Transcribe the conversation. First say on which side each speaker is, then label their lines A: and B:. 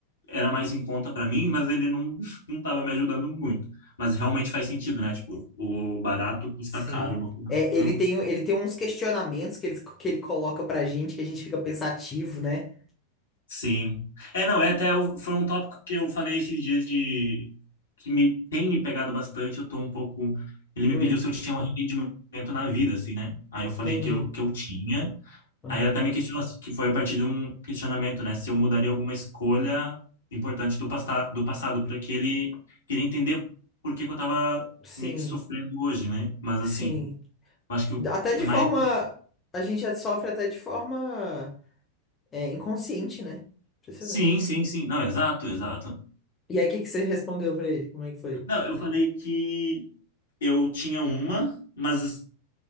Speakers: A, on the left; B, on the left.
A: era mais em conta pra mim, mas ele não, <laughs> não tava me ajudando muito. Mas realmente
B: Sim.
A: faz sentido, né? Tipo, o barato custa
B: Sim.
A: caro no final.
B: É,
A: Então,
B: ele tem, ele tem uns questionamentos que ele, que ele coloca pra gente que a gente fica pensativo, né?
A: Sim. É, não, é até o- foi um tópico que eu falei esses dias de que me tem me pegado bastante, eu tô um pouco ele me
B: Hum,
A: pediu se eu tinha um arrependimento na vida assim, né? Aí eu falei
B: entendi.
A: que eu, que eu tinha.
B: Aham.
A: Aí ele até me questionou assim, que foi a partir de um questionamento, né, se eu mudaria alguma escolha importante do pasta, do passado, porque ele queria entender por que que eu tava
B: Sim,
A: meio que sofrendo hoje, né? Mas
B: sim.
A: assim, eu acho que o-
B: Até
A: é
B: de
A: mais
B: forma. A gente sofre até de forma é, inconsciente, né? Impressionante.
A: Sim, sim, sim. Não, exato, exato.
B: E aí, o que que você respondeu pra ele? Como é que foi?
A: Não, eu falei que eu tinha uma, mas